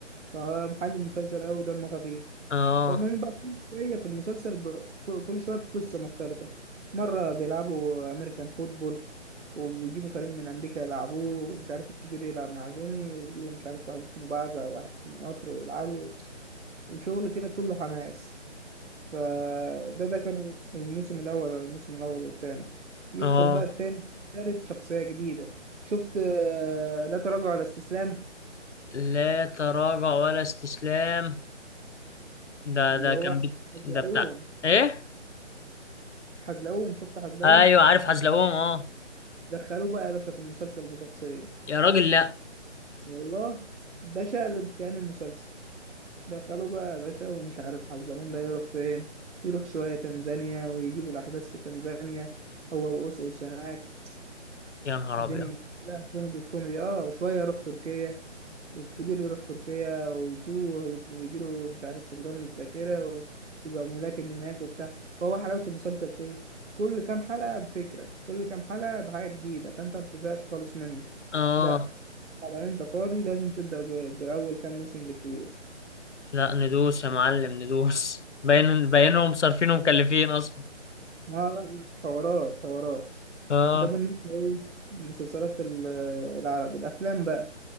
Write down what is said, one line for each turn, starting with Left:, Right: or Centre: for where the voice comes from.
Right: فمحل المسلسل أوي دمه خفيف
Left: اه
Right: فالمهم بقى كل شوية في المسلسل ب... كل شوية بقصة مختلفة مرة بيلعبوا أمريكان فوتبول وبيجيبوا فريق من أمريكا يلعبوه ومش عارف الكبير يلعب مع زوني ويجيبوا مش عارف واحد اسمه بعزة وواحد اسمه قطر ويلعبوا وشغل كده كله حماس فده ده كان الموسم الأول ولا الموسم الأول والتاني يدخل
Left: اه
Right: بقى التاني تالت شخصية جديدة شفت آه، لا تراجع ولا استسلام
Left: لا تراجع ولا استسلام ده
Right: اللي
Left: ده
Right: هو
Left: كان بي...
Right: حزلقوم
Left: ده بتاع ايه
Right: حزلقوم شفت حزلقوم
Left: ايوه عارف حزلقوم اه
Right: دخلوه بقى يا باشا في المسلسل بشخصية
Left: يا راجل لا
Right: والله ده شقلب كان المسلسل دخلوه بقى يا باشا ومش عارف حضرموت ده يروح فين يروح شوية تنزانيا ويجيبوا الأحداث في تنزانيا هو وأوسوس هناك
Left: يا نهار
Right: الدنيا
Left: ابيض
Right: لا كوميدي في كوميدي اه وشوية يروح تركيا والكبير يروح تركيا ويتوه ويجيله مش عارف فقدان الذاكرة ويبقى ملاكم هناك وبتاع فهو حلاوة المسلسل في إيه؟ كل كام حلقة بفكرة كل كام حلقة بحاجة جديدة فأنت ما بتزهقش خالص منه
Left: اه
Right: لا طبعا انت فاضي لازم تبدأ ب- بأول كام موسم بالكبير
Left: لا ندوس يا معلم ندوس باين باينهم صارفين ومكلفين اصلا
Right: لا لا حوارات حوارات
Left: اه
Right: ده بالنسبة ايه المسلسلات ال- العربي الأفلام بقى